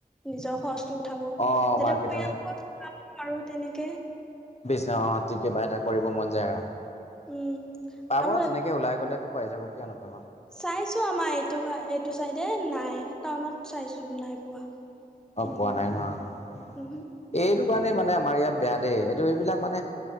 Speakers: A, in the centre; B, on the left.
A: নিজৰ খৰছটো পঠাব যাতে
B: অ', মাৰ্কেটাৰ
A: পৰিয়ালক <unintelligible> আৰু তেনেকে।
B: <unintelligible> কিবা এটা কৰিব মন যায় আৰু।
A: উম
B: <inaudible> পাব
A: আৰু
B: তেনেকে ওলাই গলেটো পাই যাব কিয় নাপাব।
A: চাইছো আমাৰ এইটো -এইটো চাইডে নাই টাউনত চাইছো নাই পোৱা। তেনেকুৱা
B: অহ, পোৱা নাই ন'এইটো
A: উম
B: কাৰণে মানে আমাৰ ইয়াত বেয়া দেই। এইটো এইবিলাক মানে